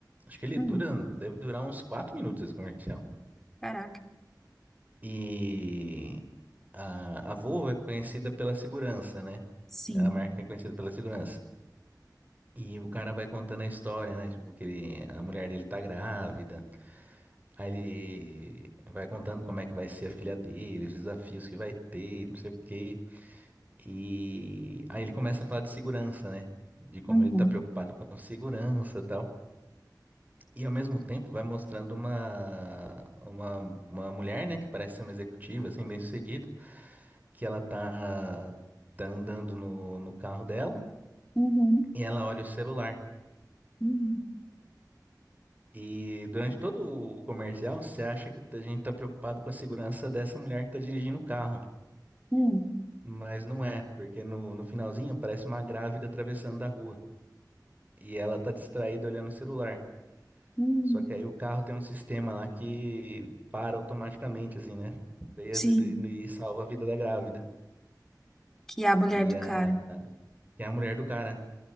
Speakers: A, on the right; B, in the centre.
A: Acho que ele
B: Hum,
A: dura, deve durar uns 4 minutos esse comercial.
B: caraca.
A: E a, a Volvo é conhecida pela segurança, né?
B: Sim.
A: É a marca que é conhecida pela segurança. E o cara vai contando a história, né? Tipo, que ele- a mulher dele tá grávida. Aí ele vai contando como é que vai ser a filha dele, os desafios que vai ter, não sei o quê. E aí ele começa a falar de segurança, né? De como
B: Uhum,
A: ele tá preocupado com segurança e tal. E ao mesmo tempo vai mostrando uma, uma, uma mulher, né? Que parece ser uma executiva, assim, bem-sucedida. Que ela tá, tá andando no, no carro dela
B: uhum,
A: e ela olha o celular.
B: uhum,
A: E durante todo o comercial, você acha que a gente está preocupado com a segurança dessa mulher que está dirigindo o carro.
B: uhum,
A: Mas não é, porque no, no finalzinho aparece uma grávida atravessando da rua. E ela está distraída olhando o celular.
B: uhum.
A: Só que aí o carro tem um sistema lá que para automaticamente, assim, né? Freia
B: Sim.
A: E, e salva a vida da grávida.
B: Que é a mulher
A: E
B: do
A: a,
B: cara.
A: e a mulher do cara.